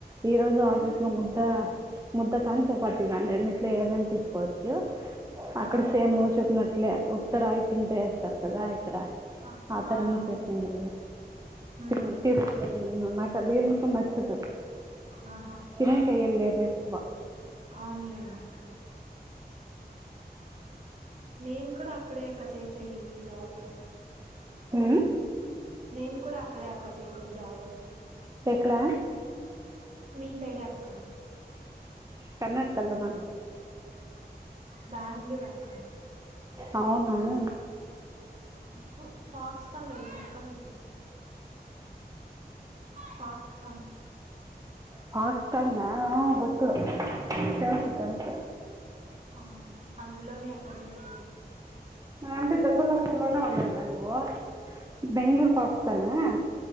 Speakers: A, on the right; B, on the right.
A: ఈ రోజు
B: హ్మ్
A: ఆఫీస్ లో ముద్ద ముద్ద కాని చెపాతి కానీ రెండింటిలో ఏదని తీసుకు చ్చు అక్కడ
B: ఆ
A: సేమ్ చెప్పినట్లే ఉత్తరయి పిన్ట్ ఏస్తారు కదా ఇక్కడ
B: ఆ
A: ఆతరంగా
B: ఆ అవునులే
A: చేసింది అది
B: ఉమ్
A: తిని తీసుకోలేదు నేను నాకు అది ఎందుకో నచ్చదు
B: ఆహా
A: తినేటియి ఏం లేవు ఎక్కువ
B: అవును లెండి అక్క నేను కూడా అక్కడే అక్క చేసేది జాబ్
A: ఉహు
B: నేను కూడా అక్కడే అక్క చేసేది జాబ్
A: ఎక్కడా
B: మీ సైడే అక్క
A: కర్ణాటక లోన
B: బెంగుళూరు అక్క
A: అవునా
B: ఫ ఫాక్స్ ఖాన్ తెలుసా అక్క నీకు ఫత్కన్
A: ఫాత్ఖన్ ఆ ఆ గోత్
B: ఆ
A: తెలుసు తెలుసు
B: ఆ అందులోనే అక్క చేసేది
A: అంటే దుర్బల్పూర్ లోనే ఉంటున్నవా నువ్వు బెంగళూరు పక్కనా